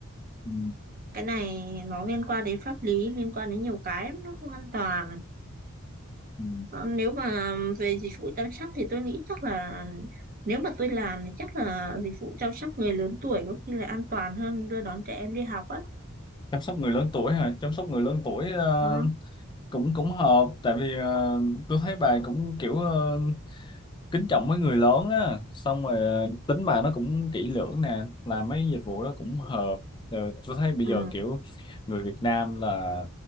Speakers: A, on the left (about 20°); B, on the right (about 40°).
A: ừ,
B: cái này nó liên quan đến pháp lý liên quan đến nhiều cái lắm, nó không an toàn
A: ừ.
B: Ờ, Nếu mà về dịch vụ chăm sóc thì tôi nghĩ chắc là nếu mà tôi làm thì chắc là dịch vụ chăm sóc người lớn tuổi có khi là an toàn hơn đưa đón trẻ em đi học á.
A: chăm sóc người lớn tuổi hả chăm sóc người lớn tuổi ờ,
B: Ừ.
A: cũng cũng hợp tại vì ờ, tôi thấy bà cũng kiểu ờ, kính trọng mấy người lớn á xong rồi ờ, tính bà nó cũng kỹ lưỡng nè làm mấy dịch vụ đó cũng hợp rồi tôi thấy bây
B: Ừ.
A: giờ kiểu người Việt Nam là